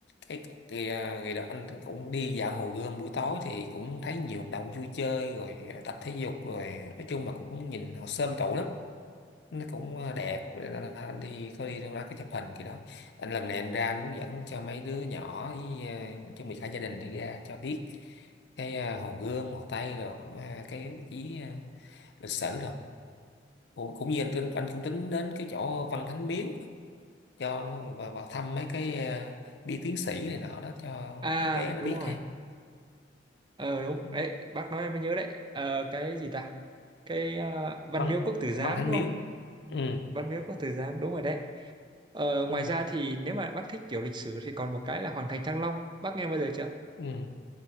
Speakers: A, on the left; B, on the right.
A: cái cái, à, cái đó anh cũng đi dạo Hồ Gươm buổi tối thì cũng thấy nhiều hoạt động vui chơi rồi tập thể dục rồi nói chung là cũng nhìn họ xôm tụ lắm nó cũng ờ, đẹp nên là anh đi có đi đâu đó cái chụp hình kỳ đó anh lần này anh ra anh muốn dẫn cho mấy đứa nhỏ với ờ, nói chung là cả gia đình đi ra cho biết cái ờ, Hồ Gươm Hồ Tây rồi ờ, cái vị trí ờ, lịch sử rồi cũng, cũng như anh, tin- anh cũng tính đến cái chỗ Văn Thánh Miếu cho vào, vào thăm mấy cái ờ, bia tiến sĩ này nọ đó cho
B: à
A: mấy bé nó
B: đúng
A: biết
B: rồi
A: thêm
B: ờ đúng
A: Ừ.
B: ấy bác nói em mới nhớ đấy ờ, cái gì ta cái ờ, Văn
A: Văn
B: Miếu Quốc Tử Giám
A: Văn Thánh
B: đúng
A: Miếu
B: không
A: ừ
B: Văn Miếu Quốc Tử Giám đúng rồi đấy ờ,
A: ừ
B: ngoài ra thì nếu mà bác thích kiểu lịch sử thì còn một cái là Hoàng thành Thăng Long bác nghe bao giờ chưa
A: ừ